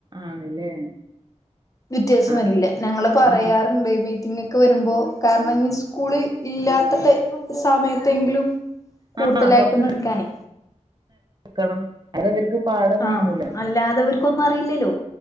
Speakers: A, on the right; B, on the left.
A: ആണല്ലേ.
B: വ്യത്യാസം
A: ആ
B: വരൂല്ലേ ഞങ്ങള് പറയാറുണ്ട്
A: ആ
B: മീറ്റിങൊക്കെ വരുമ്പോ. കാരണം ഇനി ഉസ്കൂള് ഇല്ലാത്ത ടയ് സമയത്തെങ്കിലും. കൂടുതലായിട്ടൊന്ന്ടുക്കാനേ.
A: ആ ആ കൊറച്ച് വെക്കണം അത് അവർക്ക് പാടം
B: ആ
A: നീങ്ങൂല
B: അല്ലാതെവർക്കൊന്നും അറിയില്ലല്ലോ